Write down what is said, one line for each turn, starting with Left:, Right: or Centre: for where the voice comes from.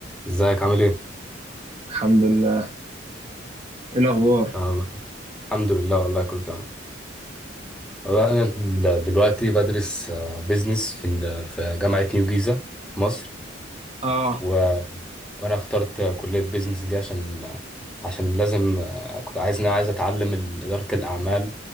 Centre: ازيك عامل ايه؟
Right: الحمد لله ايه الاخبار
Centre: آه الحمد لله والله كله تمام والله انا دل- دلوقتي بدرس بيزنس في ال- في جامعة نيو جيزة في مصر
Right: اه
Centre: و... وانا اخترت آه، كلية بيزنس دي عشان آه، عشان لازم آه، كنت عايز ان انا عايز اتعلم ال- إدارة الاعمال